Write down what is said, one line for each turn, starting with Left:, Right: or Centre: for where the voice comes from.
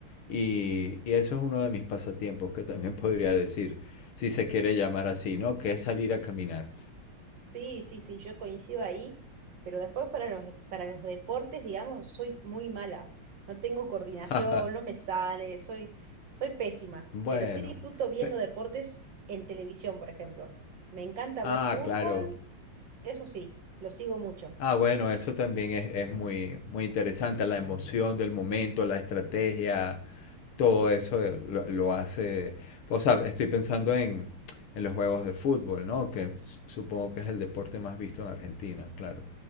Left: Y, y eso es uno de mis pasatiempos que también <laughs> podría decir, si se quiere llamar así, ¿no? Que es salir a caminar.
Right: Sí, sí, sí, yo coincido ahí, pero después para los, e, para los deportes, digamos, soy muy mala. No tengo coordinación,
Left: <laughs>
Right: no me sale, soy, soy pésima,
Left: Bueno.
Right: pero sí disfruto viendo
Left: pe-
Right: deportes en televisión, por ejemplo. Me encanta ver
Left: Ah,
Right: fútbol,
Left: claro.
Right: eso sí, lo sigo mucho.
Left: Ah, bueno, eso también es, es muy, muy interesante, la emoción del momento, la estrategia, todo eso eh, lo, lo hace. O sea, estoy pensando en, en los juegos de fútbol, ¿no? Que su- supongo que es el deporte más visto en Argentina, claro.